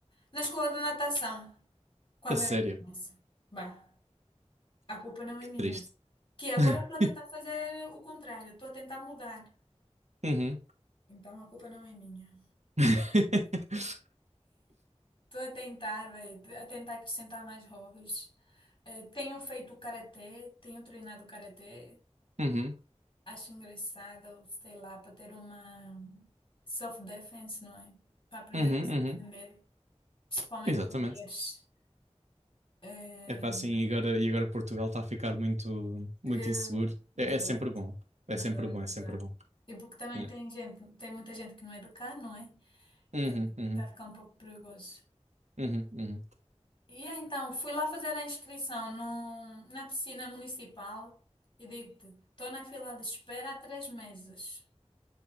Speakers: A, on the left (about 45°); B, on the right (about 80°).
A: na escola de natação quando
B: A sério,
A: era criança. Bah, a culpa não é
B: que
A: minha.
B: triste.
A: Que agora
B: <laughs>
A: eu estou a tentar fazer o contrário, estou a tentar mudar.
B: Uhum.
A: Então a culpa não é minha.
B: <laughs>
A: Estou a tentar, véi, a tentar acrescentar mais hobbies. Eh, tenho feito karatê, tenho treinado karatê.
B: Uhum,
A: Acho engraçado, sei lá, para ter uma self-defense, não é? Para aprender
B: uhum,
A: a se
B: uhum.
A: defender, principalmente
B: Exatamente.
A: com mulheres. É,
B: É para assim, e agora, e agora Portugal está a ficar muito, muito
A: é,
B: inseguro. É,
A: é verdade,
B: é sempre bom.
A: verdade,
B: É sempre bom,
A: verdade.
B: é sempre bom.
A: E porque também
B: É.
A: tem gente, tem muita gente que não é de cá, não é?
B: Uhum,
A: É,
B: uhum,
A: Está a ficar um pouco perigoso.
B: uhum, uhum.
A: E então, fui lá fazer a inscrição no, na piscina municipal e digo-te, estou na fila de espera há três meses.